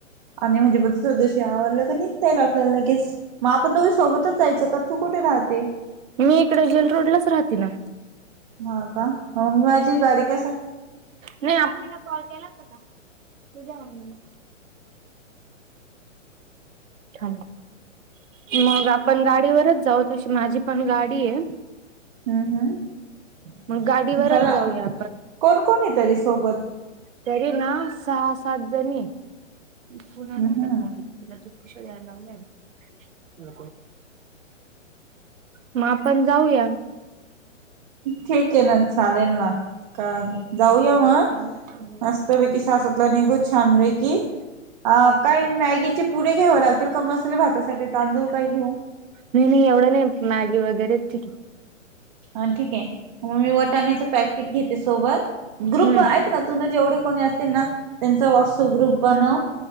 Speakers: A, on the right; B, on the right.
A: आणि म्हणजे बद चौदशी आवला का निघता येईल आपल्याला लगेच मग आपण दोघी सोबतच जायचं का तू कुठे राहते?
B: मी इकडे जेल रोडलाच राहती ना
A: ह का मंग माझी गाडी कस आहे
B: नाही आप कॉल केला कता तुझा म् छान मग आपण गाडीवरच जाऊ तशी माझी पण गाडी आहे
A: हम्म, हम्म
B: मग गाडीवरच
A: जरा
B: जाऊया आपण
A: कोण, कोण आहे तरी सोबत
B: तरी ना सहा, सात जणी तिला
A: हम्म हम्म
B: दुधपूश द्यायला लावल्या न मग आपण जाऊया
A: ठीक आहे ना चालेल ना का जाऊया म
B: हम्म
A: मस्त पैकी सासातला निघू छान रे की अ काय मॅगीचे पुढ घ्याव लागतील का मसले भातासाठी तांदूळ काय घेऊ
B: नाही नाही एवढं नाही मॅगी वगैरेच
A: हा ठीके मग मी वटाण्याचं पॅकेट घेते सोबत. ग्रुप
B: हम्म
A: ऐक ना तुन जेवढे कोणी असतील ना त्यांचा व्हॉट्सअप ग्रुप बनव.